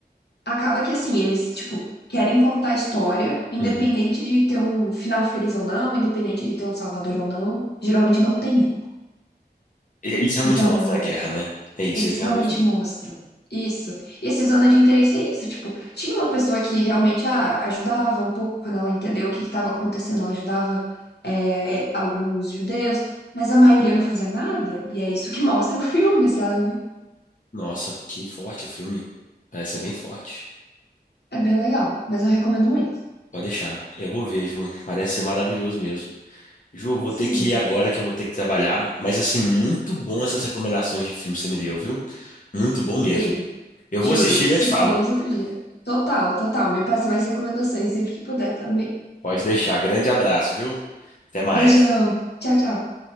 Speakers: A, on the left; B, on the left.
A: acaba que assim, eles, tipo, querem contar a história, independente
B: Uhum.
A: de ter um final feliz ou não, independente de ter um salvador ou não. Geralmente não tem, né?
B: E- Eles realmente
A: Então.
B: mostram a guerra, né? É isso,
A: Eles
B: eles realmente.
A: realmente mostram. Isso. E esse zona de interesse é isso. Tipo, tinha uma pessoa que realmente ah, ajudava um pouco quando ela entendeu o que estava acontecendo. Ela ajudava é, alguns judeus, mas a maioria não fazia nada. E é isso que <laughs> mostra o filme, sabe?
B: Nossa, que forte o filme. Parece ser bem forte.
A: É bem legal, mas eu recomendo muito.
B: Pode deixar. Eu vou ver, Ju. Parece ser maravilhoso mesmo. Ju, vou
A: Sim.
B: ter que ir agora que eu vou ter que trabalhar. Mas, assim, muito bom essas recomendações de filme que você me deu, viu? Muito bom mesmo.
A: Ei,
B: Eu
A: juro,
B: vou assistir
A: se
B: e eu te falo.
A: falamos outro dia. Total, total. Me passe mais recomendações sempre que puder também.
B: Pode deixar. Grande abraço, viu? Até mais.
A: Beijão. Tchau, tchau.